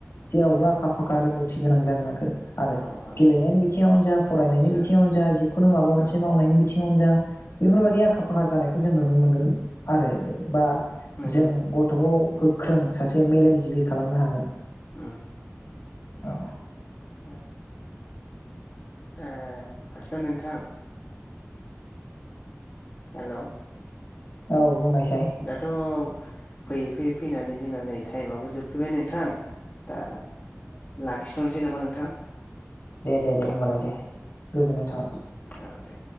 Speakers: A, on the left; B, on the left.
A: जेरावबो
B: औ
A: आखा फाखा रोंगौथि <unintelligible> थि गोनां जागोन आखो आरो
B: औ औ
A: गेलेनायनि बिथिङावनो जा फरायनायनि
B: आदसा
A: बिथिङावनो जा जिखुनु माबा
B: औ
A: मोनसे मावनायनि बिथि थि <unintelligible> जा बेफोरबायदि
B: औ
A: आखा फाखा जानाय जों नुनो मोनगोन आरो बा
B: नंगौ
A: जों
B: नंगौ
A: गथ'खौ गोख्रों सासे मेलेमजिबि खालामनो हागोन
B: उम
A: औ
B: औ ए आदसा नोंथां हेल'
A: औ बुंनाय
B: दाथ' फैयै फैयै फैनानै जोंना नै टाइमाबो जोबफैबाय नोंथां दा लाखिथ'नोसै नामा नोंथां
A: दे-दे-दे होमबालाय दे गोजोननाय थाबाय
B: औ दे